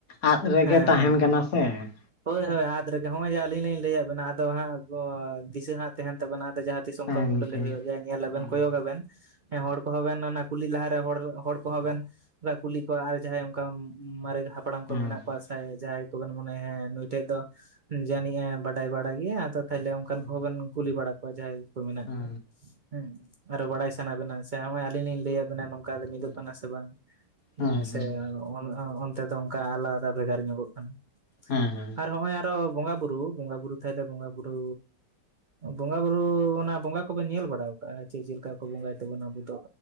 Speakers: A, on the left; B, on the right.
A: ᱟᱫ ᱨᱮᱜᱮ
B: ᱦᱮᱸ
A: ᱛᱟᱦᱮᱱ
B: ᱦᱮᱸ ᱦᱮᱸ
A: ᱠᱟᱱᱟ ᱥᱮ ᱦᱮᱸ
B: ᱦᱳᱭ ᱦᱳᱭ ᱟᱫ ᱨᱮᱜᱮ ᱦᱚᱸᱜᱼᱚᱭ ᱡᱮ ᱟᱹᱞᱤᱧ ᱞᱤᱧ ᱞᱟᱹᱭᱟᱫ ᱵᱮᱱᱟ ᱟᱫᱚ ᱦᱟᱸᱜ ᱟ ᱫᱤᱥᱟᱹ ᱦᱟᱸᱜ ᱛᱟᱦᱮᱱ ᱛᱟᱵᱮᱱᱟ ᱟᱫᱚ ᱡᱟᱦᱟᱸ ᱛᱤᱥ ᱚᱱᱠᱟ
A: ᱛᱟᱦᱮᱱ
B: ᱢᱩᱰᱟᱹᱞᱤ
A: ᱯᱮ
B: ᱦᱩᱭᱩᱜ ᱜᱮᱭᱟ ᱧᱮᱞᱟᱵᱮᱱ
A: ᱦᱮᱸ
B: ᱠᱚᱭᱚᱜ ᱟᱵᱮᱱ ᱦᱮᱸ ᱦᱚᱲ ᱠᱚᱦᱚᱸ ᱵᱮᱱ ᱚᱱᱟ ᱠᱩᱞᱤ ᱞᱟᱦᱟᱨᱮ ᱦᱚᱲ ᱦᱚᱲ ᱠᱚᱦᱚᱸ ᱵᱮᱱ ᱠᱩᱞᱤ ᱠᱚᱣᱟ ᱟᱨ ᱡᱟᱦᱟᱸᱭ ᱚᱱᱠᱟ ᱢᱟᱨᱮ ᱦᱟᱯᱲᱟᱢ ᱠᱚ
A: ᱦᱮᱸ
B: ᱢᱮᱱᱟᱜ ᱠᱚᱣᱟ ᱟᱥᱟᱭᱟᱭ ᱡᱟᱦᱟᱸᱭ ᱠᱚᱵᱮᱱ ᱢᱚᱱᱮᱭᱟ ᱦᱮᱸ ᱱᱩᱭ ᱴᱷᱮᱡ ᱫᱚ ᱡᱟᱹᱱᱤᱡ ᱮ ᱵᱟᱰᱟᱭ ᱵᱟᱲᱟ ᱜᱮᱭᱟ ᱟᱫᱚ ᱛᱟᱦᱚᱞᱮ ᱚᱱᱠᱟᱱ
A: ᱦᱮᱸ
B: ᱠᱚᱦᱚᱸ ᱵᱮᱱ ᱠᱩᱞᱤ ᱵᱟᱲᱟ ᱠᱚᱣᱟ ᱡᱟᱦᱟᱸᱭ ᱠᱚ ᱢᱮᱱᱟᱜ
A: ᱦᱮᱸ
B: ᱠᱚ ᱦᱮᱸ ᱟᱨᱚ ᱵᱟᱲᱟᱭ ᱥᱟᱱᱟ ᱵᱮᱱᱟ ᱥᱮ ᱦᱚᱸᱜᱚᱭ ᱟᱹᱞᱤᱧ ᱞᱤᱧ ᱞᱟᱹᱭᱟᱜ ᱵᱮᱱᱟ ᱱᱚᱝ ᱚᱠᱟ ᱨᱮ ᱢᱤᱫᱚᱜ
A: ᱦᱮᱸ
B: ᱠᱟᱱᱟ ᱥᱮ ᱵᱟᱝ
A: ᱦᱮᱸ ᱦᱮᱸ
B: ᱥᱮ ᱟᱱ ᱟ ᱟᱱ ᱚᱱᱛᱮ ᱫᱚ ᱚᱱᱠᱟ ᱟᱞᱟᱫ ᱚᱠᱟ ᱵᱷᱮᱜᱟᱨ ᱧᱚᱜᱚᱜ ᱠᱟᱱᱟ
A: ᱦᱮᱸ ᱦᱮᱸ ᱾
B: ᱟᱨ ᱦᱚᱸᱜᱼᱚᱭ ᱟᱨᱚ ᱵᱚᱸᱜᱟ ᱵᱩᱨᱩ ᱵᱚᱸᱜᱟ ᱵᱩᱨᱩ ᱛᱟᱦᱚᱞᱮ ᱵᱚᱸᱜᱟ ᱵᱩᱨᱩ ᱵᱚᱸᱜᱟ ᱵᱩᱨᱩ ᱚᱱᱟ ᱵᱚᱸᱜᱟ ᱠᱚᱵᱚᱱ ᱧᱮᱞ ᱵᱟᱲᱟ ᱠᱟᱜᱼᱟ ᱪᱮᱸ ᱪᱮᱫ ᱞᱮᱠᱟ ᱠᱚ ᱵᱚᱸᱜᱟᱭ ᱛᱟᱵᱚᱱᱟ ᱟᱵᱚ ᱫᱚ,